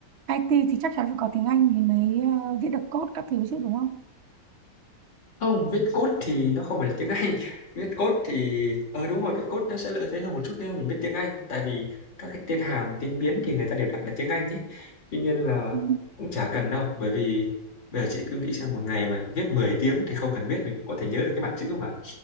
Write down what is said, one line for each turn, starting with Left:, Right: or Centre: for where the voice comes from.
Right: IT thì chắc chắn phải có tiếng Anh thì mới ờ, viết được code các thứ chứ đúng không
Left: Không, viết code thì nó không phải là tiếng Anh. <laughs> Viết code thì ờ đúng rồi, viết code nó sẽ lợi thế hơn một chút nếu mà mình biết tiếng Anh tại vì các cái tên hàm, tên biến thì người ta đều đặt là tiếng Anh ấy. Tuy nhiên là
Right: Ừ.
Left: cũng chả cần đâu bởi vì bây giờ chị cứ nghĩ xem một ngày mà viết 10 tiếng thì không cần biết mình cũng có thể nhớ được cái mặt chữ mà,